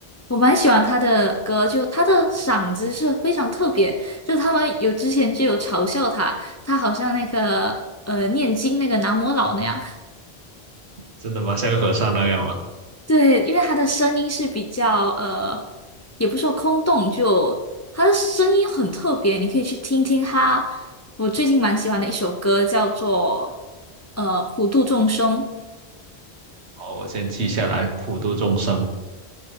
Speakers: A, on the left; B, on the right.
A: 我蛮喜欢他的歌，就他的嗓子是非常特别，就他们有之前就有嘲笑他，他好像那个呃念经那个南无老那样，
B: 真的吗？像个和尚那样吗？
A: 对，因为他的声音是比较呃，也不是说空洞，就他的声音很特别，你可以去听听他。我最近蛮喜欢的一首歌叫做呃《普度众生》，
B: 哦，我先记下来，普度众生。